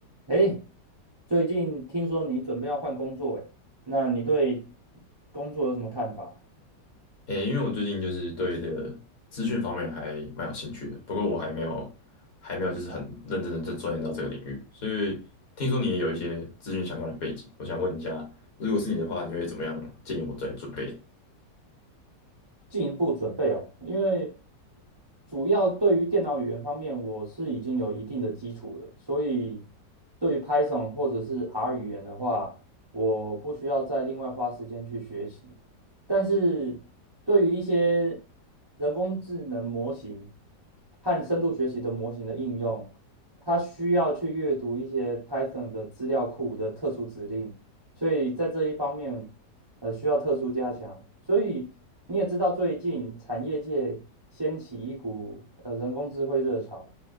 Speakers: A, on the right; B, on the left.
A: 哎，最近听说你准备要换工作，哎，那你对工作有什么看法？
B: 诶，因为我最近就是对这个资讯方面还蛮有兴趣的，不过我还没有还没有就是很认真的在钻研到这个领域，所以听说你也有一些资讯相关的背景，我想问一下，如果是你的话，你会怎么样建议我在准备？
A: 进一步准备哦，因为主要对于电脑语言方面，我是已经有一定的基础了，所以对于 Python 或者是 R 语言的话，我不需要再另外花时间去学习。但是对于一些人工智能模型和深度学习的模型的应用，它需要去阅读一些 Python 的资料库的特殊指令。所以在这一方面，呃，需要特殊加强。所以你也知道，最近产业界掀起一股呃人工智慧热潮，